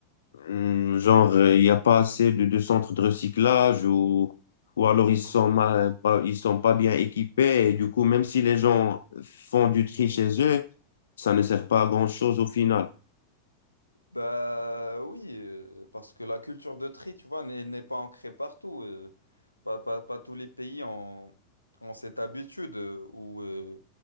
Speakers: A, on the left; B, on the left.
A: Hum, genre, euh, il n'y a pas assez de, de centres de recyclage ou, ou alors ils sont mal- pas, ils sont pas bien équipés. Et du coup, même si les gens font du tri chez eux, ça ne sert pas à grand-chose au final.
B: Bah oui, euh, parce que la culture de tri, tu vois, n'est n'est pas ancrée partout. euh, pas, pas, pas tous les pays ont, ont cette habitude. euh, ou euh,